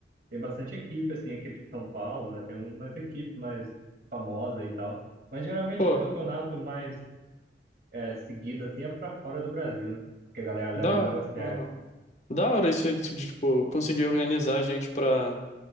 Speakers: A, on the right; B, on the left.
A: tem bastante equipe, assim, equipe de São Paulo, né? Tem umas equipes mais famosas e tal. Mas geralmente
B: Pô,
A: o campeonato mais é, seguido, assim, é pra fora do Brasil, né? Que a galera leva
B: dá,
A: mais a sério.
B: uhum. Da hora isso aí de, tipo, conseguir organizar a gente pra,